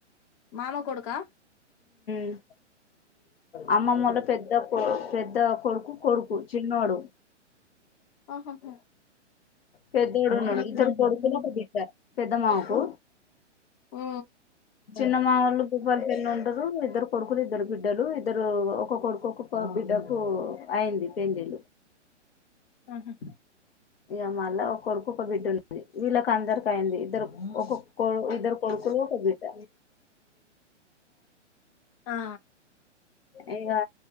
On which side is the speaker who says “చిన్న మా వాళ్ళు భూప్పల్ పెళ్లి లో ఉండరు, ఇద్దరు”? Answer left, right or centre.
Left